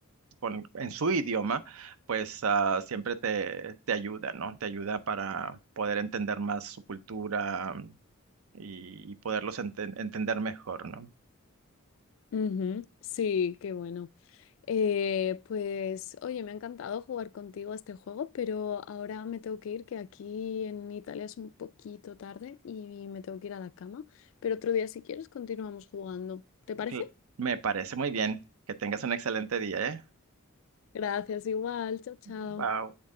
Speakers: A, on the right; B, on the left.
A: con, en su idioma, pues, ah, siempre te, te ayuda, ¿no? Te ayuda para poder entender más su cultura y, y poderlos enten- entender mejor, ¿no?
B: Ujú, Sí, qué bueno. Eh, pues oye, me ha encantado jugar contigo a este juego, pero ahora me tengo que ir, que aquí en Italia es un poquito tarde y me tengo que ir a la cama. Pero otro día, si quieres, continuamos jugando. ¿Te parece?
A: Cl- Me parece muy bien. Que tengas un excelente día, ¿eh?
B: Gracias, igual. Chao, chao.
A: Bye.